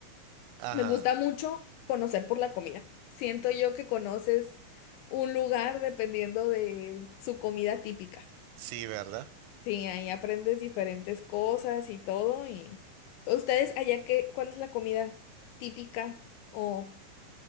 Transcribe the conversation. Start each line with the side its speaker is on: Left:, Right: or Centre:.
Right: ajá,
Left: me gusta mucho conocer por la comida. Siento yo que conoces un lugar dependiendo de su comida típica.
Right: sí, ¿verdad?
Left: Sí, ahí aprendes diferentes cosas y todo. Y ustedes allá qué, ¿cuál es la comida típica o